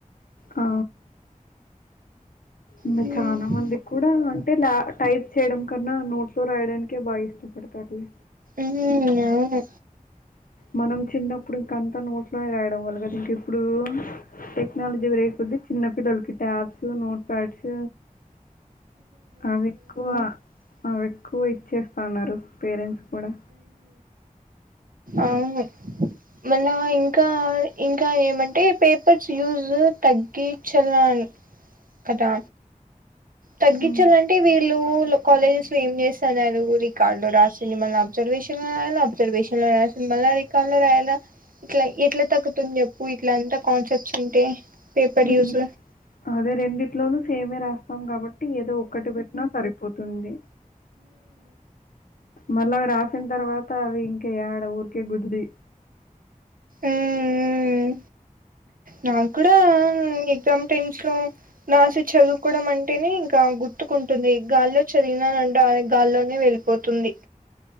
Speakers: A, on the left; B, on the right.
A: ఆ ఇంగ
B: ఉమ్
A: చానా మంది కూడా అంటే ల టైప్ చేయడం కన్నా నోట్స్ లో రాయడనికే బాగా ఇష్టపడతారు లే
B: ఉ అవును
A: మనం చిన్నప్పుడు ఇంకంతా నోట్లోనే రాయడం వల్ల కదా ఇంక ఇప్పుడు ఎక్ నాలుజి వేయి పోతే చిన్నపి లోలికి టాప్ నోట్పా్యాడ్స్ అవి ఎక్కువ అవి ఎక్కువ ఇచ్చేస్తా ఉన్నారు పేరెంట్స్ కూడా
B: అవును మళ్ళా ఇంకా ఇంకా ఏమంటే పేపర్స్ యూజ్ తగ్గి చలా వే కదా తగ్గించాలంటే
A: హ్మ్.
B: వీళ్ళు కాలేజస్ ఏమ్ చేస్తానరు రికార్డు లో రాసింది మళ్ళీ అబ్జర్వేషన్ లో రాయల అబ్జర్వేషన్ లో రాసింది మళ్ళా రికార్ ఎట్లా రాయలా ఇట్లా ఎట్లా తగ్గుతుంది చెప్పు ఇట్లా అంత కాన్సెప్ట్స్ ఉంటే పేపర్
A: రెం
B: యూస్
A: అదే రెండిట్లోనూ సేమే రాస్తాం కాబట్ టీ ఏదో ఒక్కటి పెట్టినా సరిపోతుంది మళ్ళవి రాసిన తర్వాత అవి ఇంక యాడ ఊరికే గుజిరి
B: ఉ ఉ నా కూడాడా ఉ ఎగ్జామ్ టైమ్స్ లో రాసి చదువుకోవడం అంటేనే ఇంకా గుర్తుకుంటుంది గాల్లో చదివి చదివినారంటే ఆ గాల్లోనే వెళ్ళిపోతుంది